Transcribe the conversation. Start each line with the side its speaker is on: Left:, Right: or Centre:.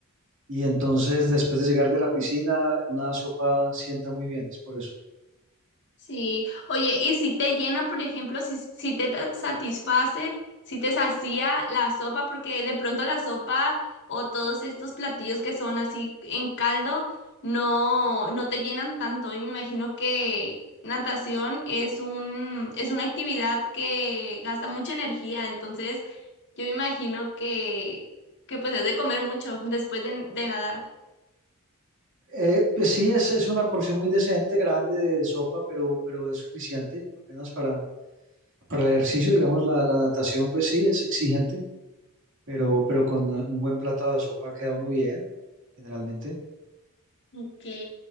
Right: Y entonces después de llegar de la piscina, una sopa sienta muy bien, es por eso.
Left: Sí, oye, y si te llena, por ejemplo, si, si te ta- satisface, si te sacía la sopa, porque de pronto la sopa o todos estos platillos que son así en caldo no, no te llenan tanto. Y me imagino que natación es un, es una actividad que gasta mucha energía, entonces yo me imagino que, que pues es de comer mucho después de, de nadar.
Right: Eh, pues sí, es, es una porción muy decente, grande de sopa, pero, pero es suficiente apenas para Para el ejercicio, digamos, la, la natación, pues sí, es exigente, pero, pero con eh, un buen plato de sopa queda uno bien, generalmente.
Left: Ok,